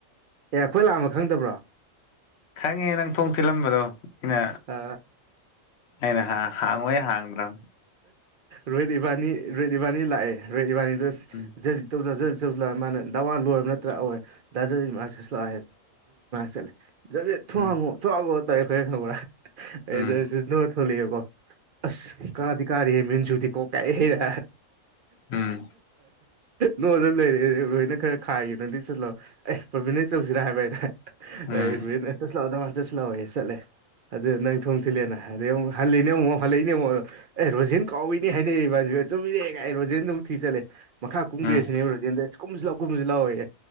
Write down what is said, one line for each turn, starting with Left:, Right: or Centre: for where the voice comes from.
Right: ꯑꯦ ꯑꯩꯈꯣꯏ ꯂꯥꯛꯑꯝꯃ ꯈꯪꯗꯕ꯭ꯔꯣ
Left: ꯈꯪꯉꯦ ꯅꯪ ꯊꯣꯡ ꯊꯤꯜꯂꯝꯕꯗꯣ ꯑꯩꯅ
Right: ꯑ
Left: ꯑꯩꯅ ꯍꯥꯡꯉꯣꯏ ꯍꯥꯡꯗ꯭ꯔꯣ
Right: ꯔꯣꯍꯤꯠ ꯏꯕꯥꯅꯤ ꯔꯣꯍꯤꯠ ꯏꯕꯥꯅꯤ ꯂꯥꯛꯑꯦ ꯔꯣꯍꯤꯠ ꯏꯕꯥꯅꯤꯗ ꯑꯧ
Left: ꯎꯝ
Right: ꯃꯥꯅ ꯅꯋꯥꯟ ꯂꯣꯏꯕ ꯅꯠꯇ꯭ꯔꯥ ꯑꯣꯏ ꯗꯥ ꯆꯠꯂ ꯆꯠꯂꯦ ꯊ
Left: ꯎꯝ
Right: ꯍꯉ ꯊ ꯍꯥꯡꯉꯣ ꯇꯥꯏ ꯑꯩꯈꯣꯏ ꯈꯪꯕꯔꯥ ꯑꯩ
Left: ꯎꯝ
Right: ꯊꯣꯛꯣꯂꯛꯑꯦꯀꯣ ꯑꯁ ꯀꯥꯗꯤ ꯀꯥꯔꯤꯦꯦ ꯃꯦꯟꯖꯨꯗꯤ ꯀꯣꯛ ꯀꯥꯏ ꯍꯩꯔ
Left: ꯎꯝ
Right: ꯅꯣꯡꯗ ꯂꯩꯔꯦ ꯂꯣꯏꯅ ꯈꯔ ꯈꯥꯏꯌꯦꯦ ꯅꯪꯗꯤ ꯆꯠꯂꯣ ꯑꯦ ꯄ꯭ꯔꯕꯤꯟꯩ ꯆꯧꯁꯤꯔꯥ ꯍꯥꯏꯕ ꯍꯥꯏꯅꯦ
Left: ꯎꯝ
Right: ꯑꯩ ꯆꯠꯂꯥꯛꯑꯣ ꯅꯃ ꯆꯠꯁꯤꯂꯛꯑꯣ ꯆꯠꯂꯦ ꯑꯗꯨ ꯅꯪ ꯊꯣꯡ ꯊꯤꯜꯂꯦꯅ ꯑꯗꯩ ꯑꯃꯨꯛ ꯍꯜꯂꯤꯅꯦ ꯑꯃꯨꯛ ꯍꯜꯂꯛꯏꯅꯦ ꯑꯃꯛ ꯑꯩ ꯔꯣꯖꯦꯟ ꯀꯥꯎꯏꯅꯦ ꯍꯥꯏꯅꯩ ꯏꯕꯥꯁꯨꯦ ꯆꯨꯝꯃꯤꯔꯦꯒꯥꯏ ꯔꯣꯖꯦꯟ ꯑꯃꯨꯛ ꯊꯤ ꯆꯠꯂꯦ ꯃꯈꯥ ꯀꯨꯝꯈ꯭ꯔꯦ
Left: ꯎꯝ ꯎꯝ
Right: ꯁꯤꯅꯦꯕ ꯔꯣꯖꯦꯟꯗ ꯀꯨꯝꯁꯨ ꯂꯥꯎ ꯀꯨꯝꯁꯨ ꯂꯥꯎꯋꯦ